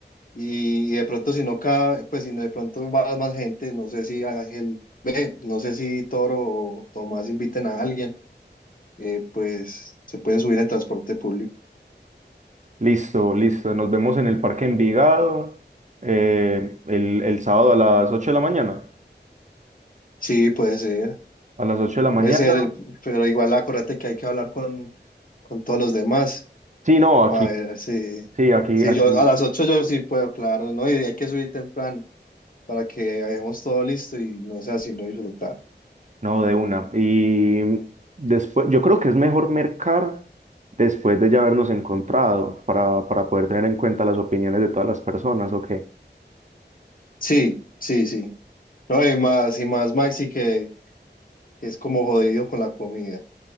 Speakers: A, on the left (about 50°); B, on the right (about 40°).
A: Y, y de pronto si no cabe, pues si no de pronto va más gente, no sé si Ángel, ve, no sé si Toro o Tomás inviten a alguien, eh, pues se pueden subir en transporte público.
B: Listo, listo. Nos vemos en el Parque Envigado eh, el, el sábado a las 8 de la mañana.
A: Sí, puede ser,
B: A las 8 de la mañana.
A: puede ser, pero igual acuérdate que hay que hablar con, con todos los demás
B: Sí, no, aquí,
A: para ver si,
B: sí, aquí,
A: si
B: aquí,
A: yo a las 8 yo sí puedo, claro, ¿no? Y hay que subir temprano para que hayamos todo listo y no sea sino disfrutar.
B: no, de una. Y después, yo creo que es mejor mercar después de ya habernos encontrado para, para poder tener en cuenta las opiniones de todas las personas, ¿o qué?
A: Sí, sí, sí. No, y más, y más Maxi que, que es como jodido con la comida.